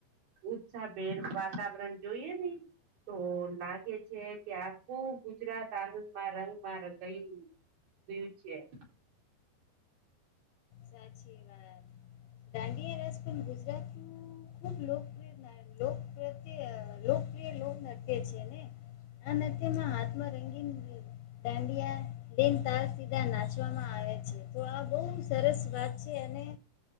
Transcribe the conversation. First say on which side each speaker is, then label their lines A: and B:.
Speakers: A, on the right; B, on the left.
A: ઉત્સાહભેર વાતાવરણ જોઈએ નઈ. તો લાગે છે કે આખું ગુજરાત આનંદમાં રંગમાં રંગયું <unintelligible> છે.
B: સાચી વાત દાંડિયા રાજ પણ ગુજરાતું ખુબ લોકપ્રિય લોકપ્રત્ય લોકપ્રિય લોકનૃત્ય છે ને. આમાં હાથમાં રંગીન દાંડિયા દિન તાર સીધા નાચવામાં આવે છે. તો આ બવ સરસ વાત છે અને